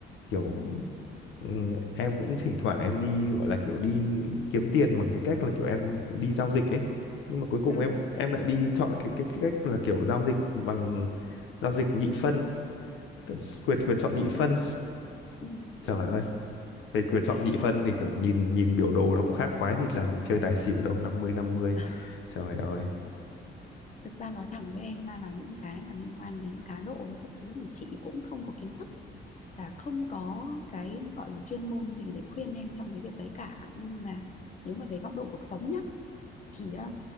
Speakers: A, on the left; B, on the left.
A: kiểu
B: ừ
A: ừm, em cũng thỉnh thoảng em đi gọi là kiểu đi kiếm tiền bằng cái cách là kiểu em đi giao dịch ấy nhưng mà cuối cùng
B: ừ
A: em em lại đi chọn cái cái, cái cách là kiểu giao dịch bằng giao dịch nhị phân tức quyền quyền chọn nhị phân
B: ừ
A: trời ơi về quyền
B: thực
A: chọn
B: ra
A: nhị
B: nhá
A: phân thì kiểu nhìn nhìn biểu đồ nó cũng khác quái gì là mình chơi tài xỉu đâu năm mươi năm mươi
B: <laughs>
A: trời ơi
B: thực ra nói thẳng với em ra là những cái mà liên quan đến cá độ với các thứ thì chị cũng không có kiến thức là không có cái gọi là chuyên môn gì để khuyên em trong cái việc đấy cả nhưng mà nếu mà về góc độ cuộc sống nhá thì ờ,